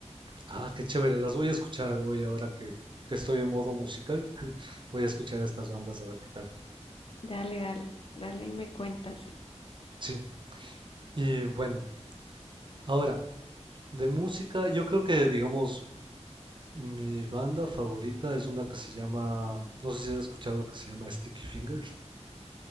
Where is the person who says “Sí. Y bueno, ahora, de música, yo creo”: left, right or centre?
Right